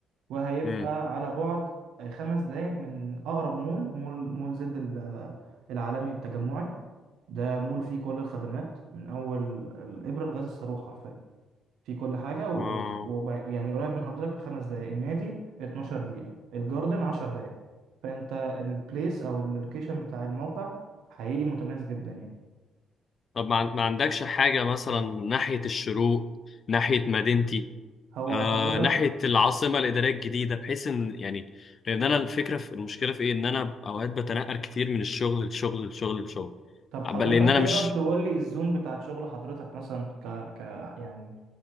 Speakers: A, on the right; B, on the left.
A: وهيبقى
B: امم
A: على بعد خمس دقايق من أقرب مول مول مول زد ال- العالمي التجمعي ده مول فيه كل الخدمات من أول الإبرة لغاية الصاروخ حرفيا فيه كل حاجة و...
B: اه
A: و... يعني قريب من حضرتك خمس دقايق النادي 12 دقيقة الجاردن 10 دقايق فأنت البليس أو اللوكيشن بتاع الموقع حقيقي متميز جدا يعني
B: طب ما عن- ما عندكش حاجه مثلا ناحيه الشروق ناحيه مدينتي
A: هو
B: آه
A: حضرتك
B: ناحيه العاصمه الاداريه الجديده بحيث ان يعني لان انا
A: آه.
B: الفكره في المشكله في ايه ان انا اوقات بتنقل كتير من الشغل للشغل للشغل للشغل
A: طب حضرتك
B: بل لأن أنا
A: تقدر
B: مش
A: تقول لي الزون بتاعت شغل حضرتك مثلا ك... ك... يعني